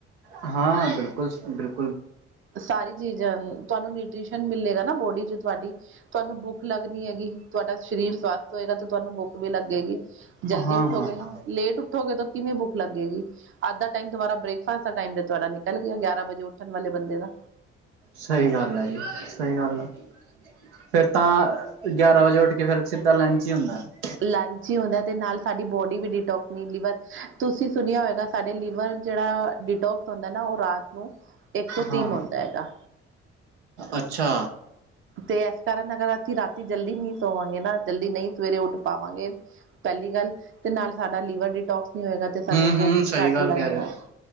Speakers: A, on the right (about 85°); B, on the right (about 40°).
A: ਹਾਂ, ਬਿਲਕੁਲ-ਬਿਲ
B: ਸਾਰੀ ਚੀਜਾਂ, ਤੁਹਾਨੂੰ ਨੀ ਟ੍ਰੀਸ਼ਨ ਮਿੱਲੇਗਾ ਨਾ ਬੋਡੀ ਚ ਤੁਹਾਡੀ। ਤੁਹਾਨੂੰ ਭੁੱਖ ਲੱਗਣੀ ਹੈਗੀ। ਤੁਹਾਡਾ ਸ਼ਰੀਰ ਸਵਾਸਥ। ਹੋਏਗਾ, ਤੇ ਤੁਹਾਨੂੰ ਭੁੱਖ ਵੀ ਲੱਗੇਗੀ। ਜਲਦੀ
A: ਹਾਂ
B: ਉੱਠੋਗੇ,
A: ਹਾਂ ਹਾਂ
B: ਲੇਟ ਉੱਠ ਠੋਗੇ ਤਾਂ ਕਿਵੇਂ ਭੁੱਖ ਲੱਗੇਗੀ? ਅੱਧਾ ਟਾਈਮ ਤੁਮਾਰਾ ਬ੍ਰੇਕਫਾਸਟ ਦਾ ਟਾਈਮ ਤੇ ਤੁਹਾਡਾ ਨਿਕਲ ਗਿਆ। ਗਿਆਰਹ ਵਜੇ ਉਠੋ ਉਠਣ ਵਾਲੇ ਬੰਦੇ ਦਾ।
A: ਸਹੀ ਗੱਲ ਹੈ ਜੀ। ਸਹੀ ਗੱਲ ਆ। ਫਿਰ ਤਾਂ ਗਿਆਰਾਂ ਵਜੇ ਉੱਠਕੇ ਫਿਰ ਤਾ ਸਿੱਧਾ ਲੰਚ ਹੀ ਹੁੰਦਾ ਏ।
B: ਲੰਚ ਈ ਹੁੰਦਾ ਤੇ ਨਾਲ ਸਾਡੀ ਬੋਡੀ ਵੀ ਡਿਟੋਕਸ ਨੀ ਲੀਵਰ, ਤੁਸੀ ਸੁਨੇਆ ਹੋਏਗਾ ਸਾਡੇ ਲੀਵਰ ਜੇੜਾ ਡਿਟੋਕਸ ਹੁੰਦਾ ਨਾ ਓ ਰਾਤ ਨੂੰ ਇੱਕ ਤੋਂ
A: ਹਾਂ
B: ਤਿੰਨ ਹੁੰਦਾ ਹੈਗਾ।
A: ਅੱਛਾ।
B: ਤੇ ਏਸ ਕਾਰਨ ਅਗਰ ਅਸੀਂ ਰਾਤੀ ਜਲਦੀ ਨਈਂ ਸੋਵਾਂਗੇ ਨਾ ਜਲਦੀ ਨਈ ਸਵੇਰੇ ਉੱਠ ਪਾਵਾਂਗੇ। ਪੈਲੀ ਗੱਲ ਤੇ ਨਾਲ ਸਾਡਾ ਲੀਵਰ ਡੀਟੋਕਸ ਨੀ ਹੋਏਗਾ ਤੇ ਸਾਨੂੰ
A: ਹੂੰ
B: ਭੁੱਖ
A: ਹੂੰ ਸਹੀ
B: ਘੱਟ
A: ਗੱਲ
B: ਲੱਗਨ
A: ਕਹਿ ਰਹੇ
B: ਨਾਲ
A: ਹੋ